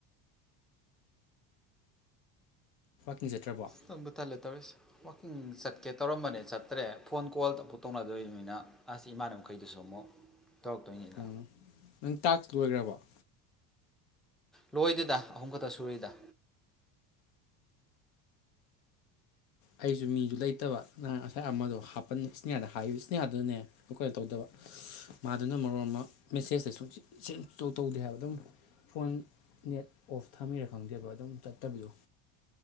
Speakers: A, on the left (about 65°); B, in the centre.
A: ꯍꯪꯖꯗ꯭ꯔꯕꯣ
B: ꯇꯟꯕꯨ ꯇꯜꯂꯦ ꯇꯧꯔꯤꯁꯦ ꯋꯥꯛꯀꯤꯡ ꯆꯠꯀꯦ ꯇꯧꯔꯝꯕꯅꯦ ꯆꯠꯇ꯭ꯔꯦ ꯐꯣꯟ ꯀꯣꯜ ꯑꯃꯛ ꯇꯧꯅꯗꯣꯏꯅꯤꯅ ꯑꯁ ꯏꯃꯥꯟꯅꯕ ꯃꯈꯩꯗꯨꯁꯨ ꯑꯃꯨꯛ ꯇꯧꯔꯛꯇꯣꯏꯅꯤꯅ
A: ꯑꯣ ꯅꯪ ꯇꯥꯛꯁ ꯂꯣꯏꯒ꯭ꯔꯕꫭ
B: ꯂꯣꯏꯗꯦꯗ ꯑꯍꯨꯝ ꯈꯛꯇ ꯁꯨꯔꯤꯗ
A: ꯑꯩꯁꯨ ꯃꯤꯖꯨ ꯂꯩꯇꯕ ꯅ ꯉꯁꯥꯏ ꯑꯃꯗꯣ ꯍꯥꯞꯄꯟ ꯏꯁꯅꯤꯌꯥꯗ ꯍꯥꯏꯌꯨ ꯏꯁꯅꯤꯌꯥꯗꯨꯅꯦ ꯑꯈꫭꯏꯅ ꯇꯧꯗꯧꯕ ꯃꯥꯗꯨꯅ ꯃꯔꯣ ꯑꯃ ꯃꯦꯁꯦꯁꯇꫭ ꯁꯨꯡꯁꯤꯟꯁ ꯁꯤꯟꯁ ꯁꯛꯇꯧ ꯇꯧꯗꯦ ꯍꯥꯏꯕ ꯑꯗꯨꯝ ꯐꯣꯟ ꯅꯦꯠ ꯑꯣꯐ ꯊꯝꯃꯤꯔ ꯈꯪꯗꯦꯕ ꯑꯗꯨꯝ ꯆꯠꯇꯕꯤꯗꫭ